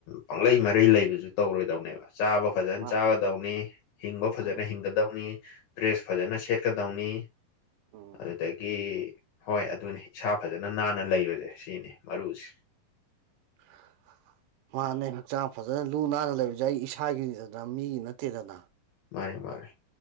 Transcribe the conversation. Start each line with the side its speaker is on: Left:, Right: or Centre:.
Left: ꯄꯪꯂꯩ ꯃꯔꯩ ꯂꯩꯕꯁꯨ ꯇꯧꯔꯣꯏꯗꯧꯅꯦꯕ ꯆꯥꯕ ꯐꯖꯅ
Right: ꯃꯥ
Left: ꯆꯥꯒꯗꯧꯅꯤ ꯍꯤꯡꯕ ꯐꯖꯅ
Right: ꯎꯝ
Left: ꯍꯤꯡꯒꯗꯧꯅꯤ ꯗ꯭ꯔꯦꯁ ꯐꯖꯅ ꯁꯦꯠꯀ ꯗꯎꯅꯤ
Right: ꯎꯝ
Left: ꯑꯗꯨꯗꯒꯤ ꯍꯣꯏ ꯑꯗꯨꯅꯤ ꯏꯁꯥ ꯐꯖꯅ ꯅꯥꯟꯅ ꯂꯩꯕꯁꯦ ꯁꯤꯅꯤ ꯃꯔꯨꯁꯦ
Right: <inaudible> ꯃꯥꯅꯦ ꯍꯛꯆꯥꯡ ꯐꯖꯅ ꯂꯨ ꯅꯥꯟꯅ ꯂꯩꯕꯁꯦ ꯑꯩ ꯏꯁꯥꯒꯤꯗꯅ ꯃꯤꯒꯤ ꯅꯠꯇꯦꯗꯅ
Left: ꯃꯥꯅꯦ ꯃꯥꯅꯦ